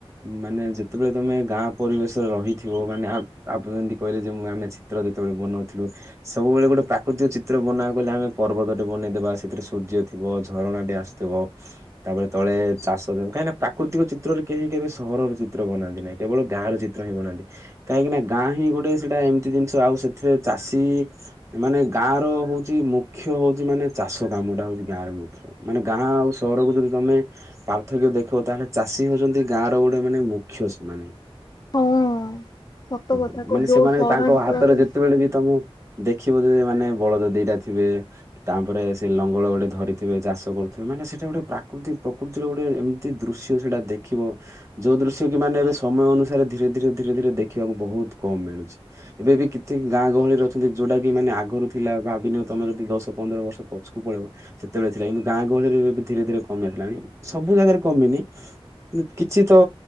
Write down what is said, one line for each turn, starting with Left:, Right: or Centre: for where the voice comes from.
Right: ମାନେ ଯେତେବେଳେ ତୋମେ ଗାଁ ପରିବେଶରେ ରହିଥିବ ମାନେ ଆ ଆପଣ ଯେମିତି କହିଲେ ଯେ ମୁଁ ଆମେ ଚିତ୍ର ଯେତେବେଳେ ବନଉଥିଲୁ। ସବୁବେଳେ ଗୋଟେ ପ୍ରାକୃତିକ ଚିତ୍ର ବନାବାକୁ କହିଲେ ଆମେ ପର୍ବତ ଟେ ବନେଇଦେବା, ସେଥିରେ ସୂର୍ଯ୍ୟ ଥିବ, ଝରଣା ଟେ ଆସଥିବ। ତାପରେ ତଳେ ଚାଷ ଜମି। କାହିଁକି ନା ପ୍ରାକୃତିକ ଚିତ୍ରରେ କେହି କେବେ ସହରର ଚିତ୍ର ବନାନ୍ତି ନାଇଁ। କେବଳ ଗାଁର ଚିତ୍ର ହିଁ ବନାନ୍ତି। କାହିଁକି ନା ଗାଁ ହିଁ ଗୋଟେ ସେଟା ଏମିତି ଜିନିଷ ଆଉ ସେଥିରେ ଚାଷୀ ମାନେ ଗାଁ ର ହଉଚି ମୁ ଖ୍ୟ ହଉଚି ମାନେ ଚାଷ କାମଟା ହଉଚି ଗାଁର ମୁଖ୍ୟ। ମାନେ ଗାଁ ଆଉ ସହରକୁ ଯଦି ତୋମେ ପାର୍ଥକ୍ୟ ଦେଖିବ ତାହେଲେ ଚାଷୀ ହଉଚନ୍ତି ଗାଁ ର ଗୋଟେ ମାନେ ମୁଖ୍ୟ ସେମାନେ।
Left: ହଁ।
Right: <inaudible>
Left: ସତ କଥା
Right: ମାନେ
Left: ଯୋଉ
Right: ସେମାନେ
Left: ସହରାଞ୍ଚଳରେ
Right: ତାଙ୍କ ହାତରେ ଯେତେବେଳେ ବି ତୋମେ ଦେଖିବ ଯେ ମାନେ ବଳଦ ଦିଟା ଥିବେ। ତାପରେ ସେ ଲଙ୍ଗଳ ଗୋଟେ ଧରିଥିବେ, ଚାଷ କରୁଥିବେ, ମାନେ ସେଟା ଗୋଟେ ପ୍ରାକୃତିକ ପ୍ର କୃତିର ଗୋଟେ ଏମିତି ଦୃଶ୍ୟ ସେଟା ଦେଖିବ। ଯୋଉ ଦୃଶ୍ୟ କି ମାନେ ଏବେ ସମୟ ଅନୁସାରେ ଧୀରେ ଧୀରେ ଧୀରେ ଧୀରେ ଦେଖିବାକୁ ବହୁତ କମ ମିଳୁଛି। ଏବେ ବି କିଥି ଗାଁ ଗହଳିରେ ଅଛନ୍ତି ଯୋଉଟା କି ମାନେ ଆଗରୁ ଥିଲା ଭାବିନିଅ ତୋମେ ଯଦି ଦଶ ତ ପନ୍ଦର ବର୍ଷ ପଛକୁ ପଳେଇବ। ସେତେବେଳେ ଥିଲା। କିନ୍ତୁ ଗାଁ ଗହଳିରେ ଏବେ ଧୀରେ ଧୀରେ କମି ଆସିଲାଣି। ସବୁ ଜାଗାରେ କମିନି। ନା କିଛି ତ